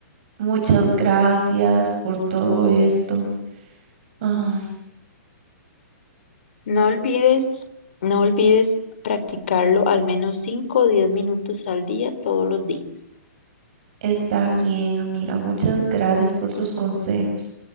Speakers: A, on the right; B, on the left.
A: Muchas gracias por todo esto. Ay.
B: No olvides, no olvides practicarlo al menos 5 o 10 minutos al día todos los días.
A: Está bien, amiga. Muchas gracias por sus consejos.